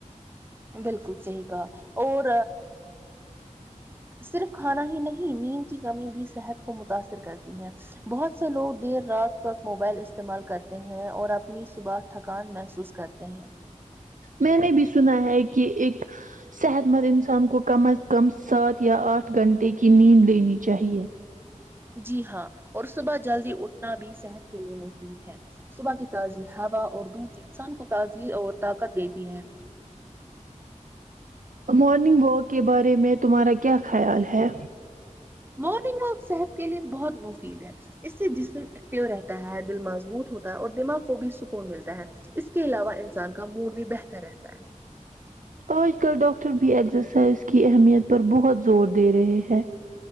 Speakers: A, on the right; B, on the right.
A: بالکل صحیح کہا اور صرف کھانا ہی نہیں نیند کی کمی بھی صحت کو متاثر کرتی ہے بہت سے لوگ دیر رات تک موبائل استعمال کرتے ہیں اور اپنی صبح تھکان محسوس کرتے ہیں
B: میں نے بھی سنا ہے کہ ایک صحت مند انسان کو کم از کم سات یا آٹھ گھنٹے کی نیند لینی چاہیے
A: جی ہاں اور صبح جلدی اٹھنا بھی صحت کے لیے مفید ہے صبح کی تازی ہوا اور دھوپ انسان کو تازی اور طاقت دیتی ہے
B: مارننگ واک کے بارے میں تمہارا کیا خیال ہے
A: مارننگ واک صحت کے لیے بہت مفید ہے اس سے جسم ایکٹو رہتا ہے دل مضبوط ہوتا ہے اور دماغ کو بھی سکون ملتا ہے اس کے علاوہ انسان کا موڈ بھی بہتر رہتا ہے
B: آج کل ڈاکٹر بھی ایکزسائز کی اہمیت پر بہت زور دے رہے ہیں